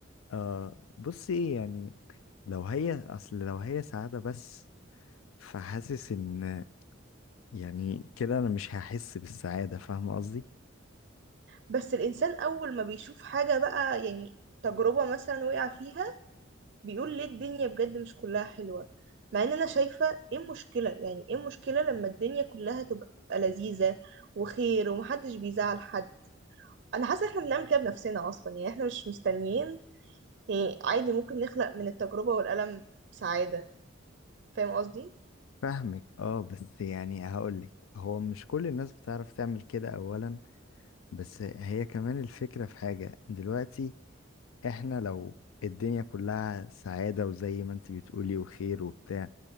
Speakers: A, on the left; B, on the right.
A: آه بصي ايه يعني لو هي اصل لو هي سعاده بس فحاسس ان يعني كده انا مش هحس بالسعاده فاهمه قصدي
B: بس الإنسان أول ما بيشوف حاجة بقى يعني تجربة مثلا وقع فيها بيقول ليه الدنيا بجد مش كلها حلوة مع ان انا شايفة ايه المشكلة يعني ايه المشكلة لما الدنيا كلها تبقى لذيذة وخير ومحدش بيزعل حد انا حاسة احنا بنعمل كده بنفسنا اصلا يعني احنا مش مستنيين يعني عادي ممكن نخلق من التجربة والألم سعادة فاهم قصدي
A: فاهمك اه بس يعني هقولك هو مش كل الناس بتعرف تعمل كده اولا بس هي كمان الفكره في حاجه دلوقتي احنا لو الدنيا كلها سعادة وزي ما انت بتقولي وخير وبتاع